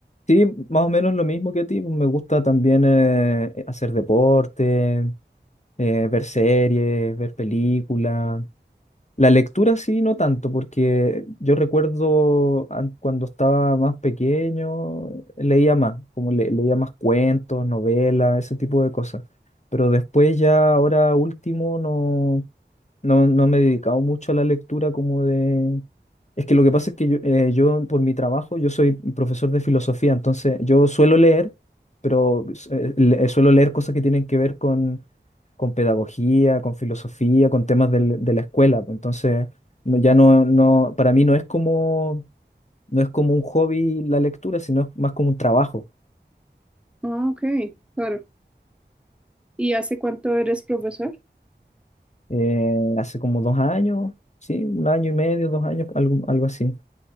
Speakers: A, on the left; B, in the centre.
A: Sí, más o menos lo mismo que a ti. Me gusta también eh, eh, hacer deporte, eh, ver series, ver películas. La lectura sí, no tanto, porque yo recuerdo an- cuando estaba más pequeño, leía más, como le- leía más cuentos, novelas, ese tipo de cosas. Pero después ya, ahora último, no, no, no me he dedicado mucho a la lectura como de, es que lo que pasa es que yo, eh, yo, por mi trabajo, yo soy profesor de filosofía, entonces yo suelo leer, pero eh, le- suelo leer cosas que tienen que ver con, con pedagogía, con filosofía, con temas del- de la escuela. pues, Entonces, no- ya no, no, para mí no es como, no es como un hobby la lectura, sino es más como un trabajo.
B: Ah, ok, claro. ¿Y hace cuánto eres profesor?
A: Eh, hace como dos años, sí, un año y medio, dos años, algo, algo así.